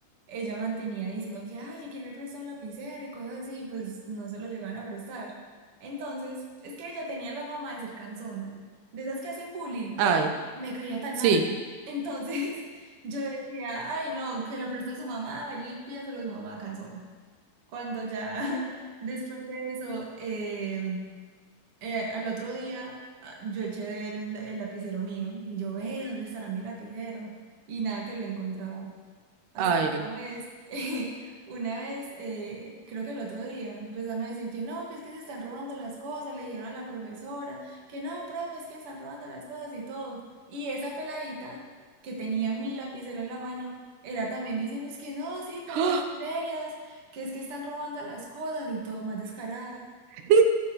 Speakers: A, on the right; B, on the right.
A: ella mantenía diciendo que, ay, que quién me presta un lapicero y cosas así, y pues no se lo llegaban a prestar. Entonces, es que ella tenía la fama de ser cansona, de esas que hacen bullying.
B: ay,
A: ¡Ah! Me caía tan
B: sí,
A: mal. Entonces, <laughs> yo decía, ay, no, que lo preste a su mamá, vaya y pídaselo a su mamá cansona. Cuando ya <laughs> después de eso, em, eh, al otro día ah, yo eché de ver el, el lapicero mío y yo ve dónde estará mi lapicero y nada que lo he encontrado. Hasta
B: ay.
A: una vez, <laughs> una vez, eh, creo que el otro día empezaron a decir que no, que es que se están robando las cosas, le dijeron a la profesora que no, profe, es que están robando las cosas y todo. Y esa peladita que tenía mi lapicero en la mano era también diciendo es que no, sí, pónganse
B: ¡Ah!
A: serias, que es que están robando las cosas y todo, más descarada.
B: ¿Sí?